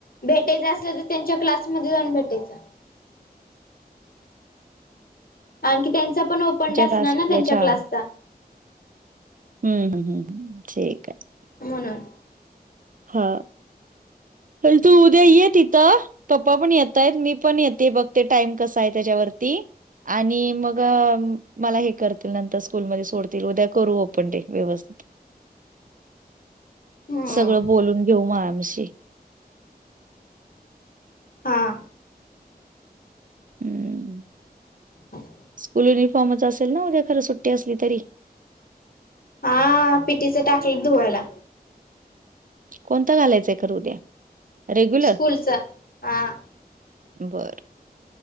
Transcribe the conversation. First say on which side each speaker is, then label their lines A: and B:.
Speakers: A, on the left (about 65°); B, on the right (about 55°).
A: भेटायचं असल तर त्यांच्या क्लासमध्ये जाऊन भेटायचं. आणखी त्यांचा पण ओपन
B: तुमच्या
A: डे असणार
B: क्लासच्या
A: ना त्यांच्या क्लासचा.
B: हम हम ठीक आहे.
A: म्हणून.
B: हा, आणि तू उद्या ये तिथं. पप्पा पण येतायत मी पण येते बघते टाइम कसा आहे त्याच्यावरती. आणि मग. मला हे करतील नंतर स्कूलमध्ये सोडतील उद्या करू ओपण डे व्यवस्थित.
A: <inaudible> हम्म
B: सगळं बोलून घेऊ मॅमशी.
A: हा,
B: हम्म.
A: <inaudible>
B: स्कूल युनिफॉर्मच असेल ना उद्या खरं सुट्टी असली तरी.
A: हा पिटीच टाकल धुवायला.
B: कोणता घालायचंय खर उद्या रेग्युलर.
A: स्कूलचा हा
B: बर